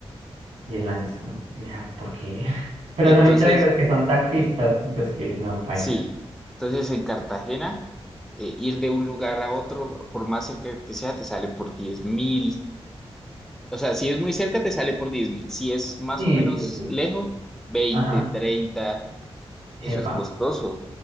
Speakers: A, on the right; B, in the centre.
A: Y la gente es como, "Nah, ¿por qué? <laughs> Pero
B: Entonces,
A: son in-drivers que son taxistas, entonces que no, bailas.
B: sí. Entonces en Cartagena. eh, ir de un lugar a otro, por más cerca que sea, te sale por diez mil. O sea, si es muy cerca, te sale por 10 mil. Si es más
A: Sí,
B: o menos
A: sí, sí.
B: lejos, veinte
A: Ajá.
B: treinta eso
A: Epa.
B: es costoso.